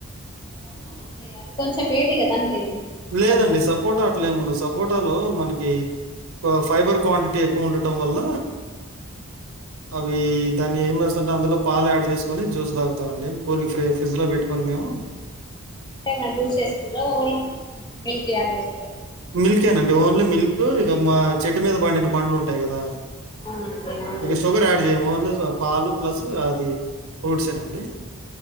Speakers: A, on the left (about 20°); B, on the right (about 75°).
A: అవునా అండి అది కొంచం వేడి కదండి
B: లేదండి
A: సపోట.
B: సపోటా అట్లేముండదు. సపోటాలో మనకి ఫైబర్ క్వాంటిటీ ఎక్కువ ఉండటం వల్ల
A: అవు
B: అవి దాన్ని ఏం వేస్తుంటే అందులో పాలు యాడ్ చేసుకొని జ్యూస్ తాగుతామండి కూల్ని ఫ్రిడ్జ్ లో పెట్టుకని మేము.
A: అంటే ఏమైనా జ్యూస్ వేసుకుంటరా ఓన్లీ మిల్క్ యాడ్ చేస్తరా.
B: మిల్కేనండి ఓన్లీ మిల్క్ ఇక మా చెట్టు మీద పండిన పండ్లు ఉంటాయి కదా.
A: అవునండి అవునండి
B: ఇక సుగర్ యాడ్ చేయ్యము ఓన్లీ స పాలు ప్లస్ అది ఫ్రూట్స్ ఏనండి.